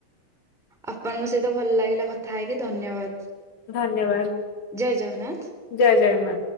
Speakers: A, in the centre; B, on the left (about 70°).
A: ଆପଣଙ୍କ ସହିତ ଭଲ ଲାଗିଲା କଥା ହେଇକି ଧନ୍ୟବାଦ।
B: ଧନ୍ୟବାଦ।
A: ଜୟ ଜଗନ୍ନାଥ।
B: ଜୟ ଜଗନ୍ନାଥ।